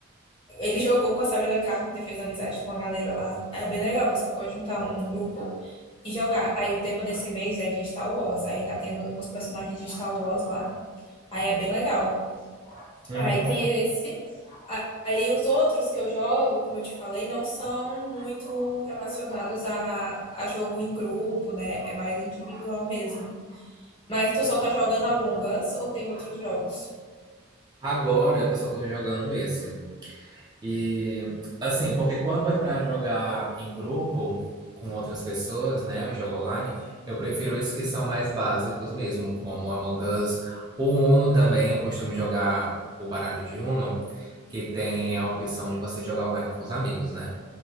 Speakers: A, on the left (about 25°); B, on the right (about 20°).
A: ele jogou com a Sabrina Carpenter, fez amizade com a galera lá. É bem legal, você pode juntar um, um grupo e jogar. Aí o tema desse mês é de Star Wars, aí tá tendo os personagens de Star Wars lá, aí é bem legal.
B: Uhum.
A: Aí tem esse, a- aí os outros que eu jogo, como eu te falei, não são muito relacionados a, a jogo em grupo, né? É mais individual mesmo. Mas tu só tá jogando Among Us ou tem outros jogos?
B: Agora eu só tô jogando esse. E assim, porque quando é pra jogar em grupo com outras pessoas, né, o jogo online, eu prefiro esses que são mais básicos mesmo, como Among Us, o Uno também, eu costumo jogar o baralho de Uno, que tem a opção de você jogar online com os amigos, né?